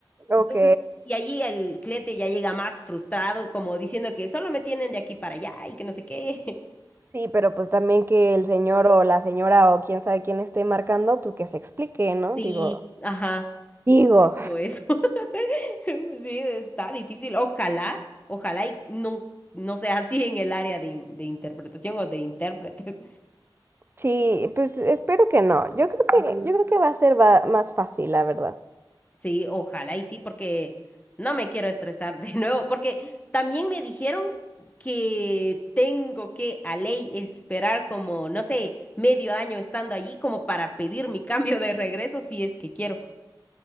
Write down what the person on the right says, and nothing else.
ok.
Sí, pero pues también que el señor o la señora o quién sabe quién esté marcando, pues que se explique, ¿no?
Digo.
Digo.
Sí, pues espero que no. Yo creo que, yo creo que va a ser va- más fácil, la verdad.